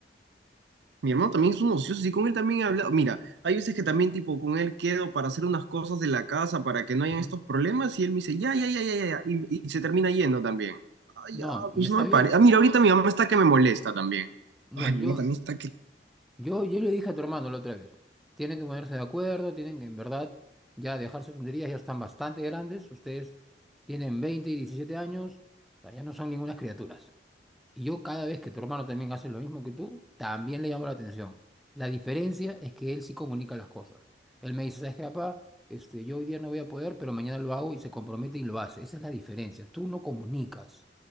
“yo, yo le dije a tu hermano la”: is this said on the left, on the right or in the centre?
Centre